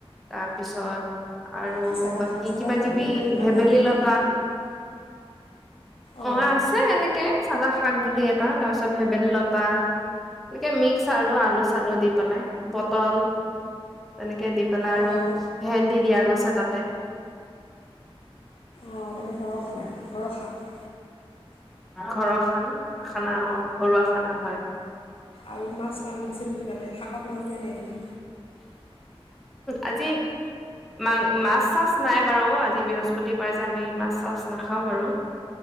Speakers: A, in the centre; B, on the left.
A: তাৰ পিছত আৰু
B: কি চাদা
A: বাকী
B: শাক চাদা
A: কিবা
B: শাক
A: কিবি
B: বুলি মই শুনা
A: ভেবেলী
B: নাই কিন্তু
A: লগত হয়
B: অঁ
A: অ আছে এনেকে চাদা শাক বুলি এটা তাৰ পিছত ভেবেলী লতা এনেকে মিক্স আৰু আলু চালু দি পেলাই বটল তেনেকে ে দি পেলাই
B: অঁ
A: আৰু হেন্দি দিয়া গৈছে প ততে
B: অঁ মানে ঘৰৰ খাই ঘৰৰ শাক
A: ঘৰৰ খান খানা অ ঘৰুৱা খানা হয়
B: আৰু মাছ নাছিল নেকি তাতে শাকত মাছ দিয়া নাই নেকি
A: আজি মা মাছ চাছ নাই বাৰু আজি বৃহস্পতিবাৰে যে আমি মাছ চাছ নাখাও বাৰু